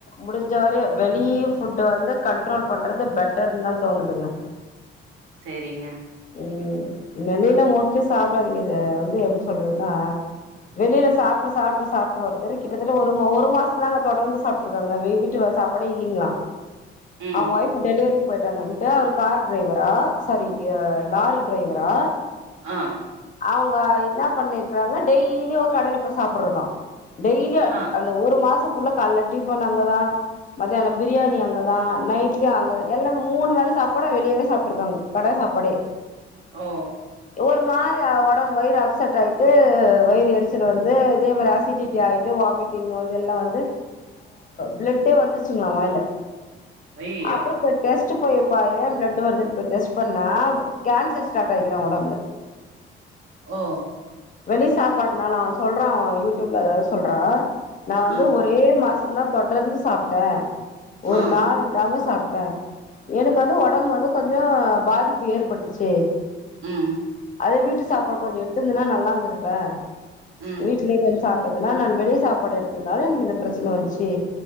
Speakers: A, on the left (about 40°); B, on the right (about 85°).
A: முடிஞ்ச வர வெளியி ஃபுட்டு் வந்து கண்ட்ரோல் பண்றது பெட்டரு தான் தோணுதுங்க
B: சேரிங்க
A: ம் நெலைல மொத்திஷ் சாப்டாதீங்க இத வந்து எப்படி சொல் <unintelligible> வெளியில சாப்ட்டு சாப்ட்டு சாப்ட்டு ஒருத்தர் கிட்டத்தட்ட ஒர் ஒரு மாசம் தான் தொடர்ந்து சாப்ட்டு இருக்காங்க வீட்டு சாப்பாடே இல்லைங்களா
B: ம்
A: அவங் ஒஃப் டெலிவரி போயிட்டாங்கன்ட்டு அவர் கார் டிரைவரா சாரி லாரி டிரைவரா
B: ஆ
A: அவோங்க என்ன பண்ணிருக்குறாங்க டெய்லி ஒரு கடைல போய் சாப்புர்றதா டெய்லி
B: ஆ
A: அந்த ஒரு மாசம் இப்ப ஃபுல்லா கால்ல டிஃபன் அங்கதான் மத்தியானம் பிரியாணி அங் அங்கதான் நைட்லையு அங்கதான் எல்லா மூணு வேலை சாப்பாடயும் வெளியேவே சாப்ட்டு இருக்காங்க கடை சாப்பாடே
B: ஓ
A: ஒரு மாரி ஆவு ஒடம் வயிறு அப் சட்டாயிட்டு வயிறு எரிச்சல் வந்து இதே மாரி அசிடிட்டிடாயிட்டு வாமிட்டிங் வந்து எல்லாம் வந்து பிளட்டே வந்துச்சுங்கள வாயில
B: அய்யய்யோ
A: அப்புறப்போய் டெஸ்ட் <unintelligible> ஏன் பிளட் வருதுன்னு போய் டெஸ்ட் பண்ணா கேன்ஸர் ஸ்டாட் ஆயிக்குதா ஒடம்ல
B: ஓ
A: வெளி சாப்பாட்னால அவ சொல்றா யூடியூப்ல <unintelligible> சொல்றா நான் வந்து
B: ஆ
A: ஒரே மாசம் ஃபுல்லா தொடர்ந்து சாப்ட்டே ஒரு
B: ஆ
A: நாள் விடாம சாப்ட் ட எனக்கு வந்து ஒடம்பு வந்து கொஞ்சோ பாதிப்பு ஏற்பட்டுச்சு
B: ம்
A: அதே வீட்டு சாப்பாடு கொஞ்ச எடுத் திருந்துனா நல்லா இருந்திருப்பே
B: ம்
A: வீட்லியே கொஞ் சாப் எதுனா நான் வெளிய சாப்பாடு எடுத்துனால எனுக்கு இந்த பிரச்சன வஞ்ச்சி